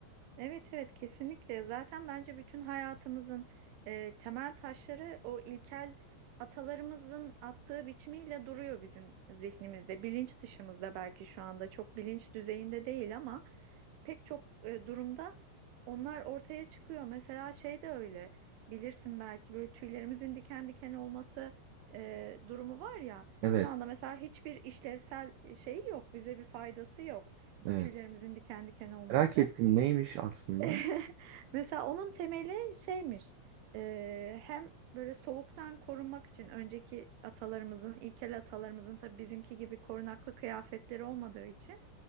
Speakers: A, on the right; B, on the right.
A: Evet evet kesinlikle. Zaten bence bütün hayatımızın e, temel taşları o ilkel atalarımızın attığı biçimiyle duruyor bizim zihnimizde. Bilinç dışımızda belki şu anda çok bilinç düzeyinde değil ama pek çok e, durumda onlar ortaya çıkıyor. Mesela şey de öyle bilirsin belki böyle tüylerimizin diken diken olması e, durumu var ya.
B: Evet,
A: Şu anda mesela hiçbir işlevsel şey yok, bize bir faydası yok
B: evet.
A: tüylerimizin diken diken olması.
B: Merak ettim neymiş aslında?
A: <laughs> Mesela onun temeli şeymiş. e, hem böyle soğuktan korunmak için önceki atalarımızın, ilkel atalarımızın tabii bizimki gibi korunaklı kıyafetleri olmadığı için